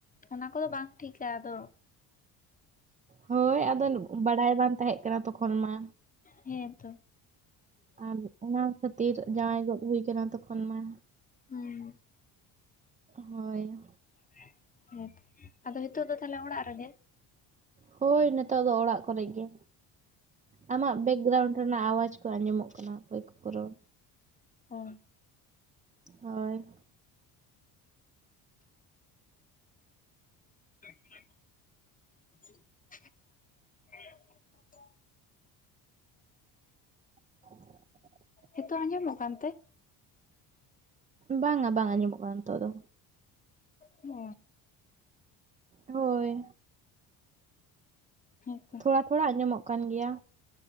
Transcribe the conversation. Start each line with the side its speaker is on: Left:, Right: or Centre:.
Left: ᱚᱱᱟ ᱠᱚᱫᱚ ᱵᱟᱝ ᱴᱷᱤᱠᱟ ᱟᱫᱚ
Right: ᱦᱳᱭ ᱟᱫᱚ ᱵᱟᱲᱟᱭ ᱵᱟᱝ ᱛᱟᱦᱮᱸ ᱠᱟᱱᱟ ᱛᱚᱠᱷᱚᱱ ᱢᱟ
Left: ᱦᱮᱸ ᱛᱚ
Right: ᱟᱨ ᱚᱱᱟ ᱠᱷᱟᱹᱛᱤᱨ ᱡᱟᱶᱟᱭ ᱜᱚᱫ ᱦᱩᱭ ᱠᱟᱱᱟ ᱛᱚᱠᱷᱚᱱ ᱛᱚᱠᱷᱚᱱ ᱢᱟ
Left: ᱦᱩᱸ
Right: ᱦᱳᱭ
Left: ᱦᱮᱸ ᱟᱫᱚ ᱱᱤᱛᱳᱜ ᱫᱚ ᱛᱟᱦᱞᱮ ᱚᱲᱟᱜ ᱨᱮᱜᱮ
Right: ᱦᱳᱭ ᱱᱤᱛᱚᱜ ᱫᱚ ᱚᱲᱟᱜ ᱠᱚᱨᱮ ᱜᱮ ᱟᱢᱟᱜ ᱵᱮᱠᱜᱨᱟᱣᱩᱱᱰ ᱨᱮᱱᱟᱜ ᱟᱣᱟᱡᱽ ᱠᱚ ᱟᱸᱡᱚᱢᱚᱜ ᱠᱟᱱᱟ ᱚᱠᱚᱭ ᱠᱚ ᱠᱚ ᱨᱚᱲ
Left: ᱚ
Right: ᱦᱳᱭ
Left: <inaudible>
Right: <inaudible>
Left: ᱦᱤᱛᱚᱜ ᱟᱸᱡᱚᱢᱚᱜ ᱠᱟᱱ ᱛᱮ?
Right: ᱵᱟᱝᱟ ᱵᱟᱝ ᱟᱸᱡᱚᱢᱚᱜ ᱠᱟᱱᱟ ᱱᱤᱛᱳᱜ ᱫᱚ
Left: ᱦᱩ
Right: ᱦᱳᱭ᱾
Left: ᱦᱮᱸᱛᱚ
Right: ᱛᱷᱚᱲᱟ ᱛᱷᱚᱲᱟ ᱟᱸᱡᱚᱢᱚᱜ ᱠᱟᱱ ᱜᱮᱭᱟ᱾